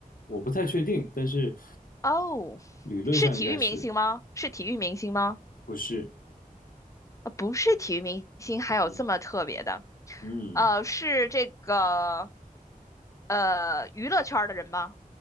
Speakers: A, on the left (about 70°); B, on the left (about 20°).
A: 我不太确定，但是
B: 哦，
A: 理论上应该是
B: 是体育明星吗？是体育明星吗？
A: 不是？
B: 呃，不是体育明星，还有这么特别的。
A: 嗯嗯，
B: 呃，是这个呃娱乐圈儿的人吗？